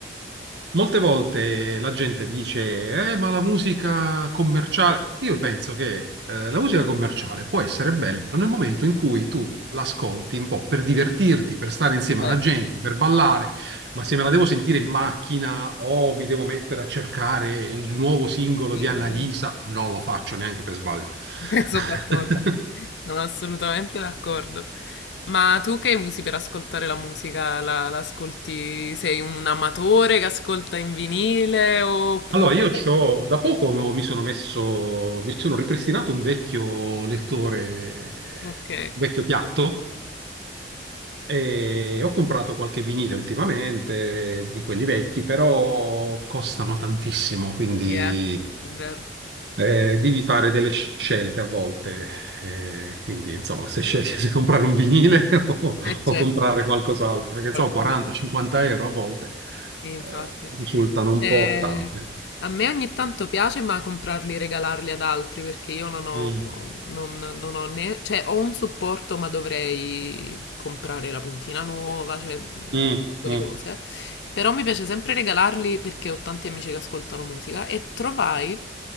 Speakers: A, on the right (about 70°); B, on the left (about 75°).
A: molte volte la gente dice, eh, ma la musica commerciale... Io penso che eh, la musica commerciale può essere bella nel momento in cui tu l'ascolti un po' per divertirti, per stare insieme
B: Vero,
A: alla gente, per ballare, ma se me la devo sentire in macchina o mi devo mettere a cercare il nuovo singolo
B: sì,
A: di Annalisa,
B: è vero.
A: non lo faccio neanche per sbaglio.
B: <laughs> Sono
A: <laughs>
B: d'accordo, sono assolutamente d'accordo. Ma tu che usi per ascoltare la musica? La, la ascolti? Sei un amatore che ascolta in vinile oppure...
A: Allora, io c'ho, da poco mi sono messo, mi sono ripristinato un vecchio lettore,
B: Ok,
A: un vecchio piatto, e ho comprato qualche vinile ultimamente, di quelli vecchi, però costano tantissimo, quindi
B: yeah, è vero.
A: eh, devi fare delle scelte a volte. Eh, quindi, insomma, se scegli se comprare un vinile <laughs> o,
B: Eh certo,
A: o comprare qualcos'altro, perché
B: qualcuno.
A: so, 40-50 euro a volte
B: Sì, infatti.
A: eh, risultano un
B: Cioè,
A: po' tante.
B: a me ogni tanto piace, ma comprarli e regalarli ad altri perché io non ho,
A: Mm,
B: non, non ho né, cioè, ho un supporto, ma dovrei comprare la puntina nuova, cioè, un
A: mm,
B: sacco
A: mm.
B: di cose. Però mi piace sempre regalarli perché ho tanti amici che ascoltano musica e trovai,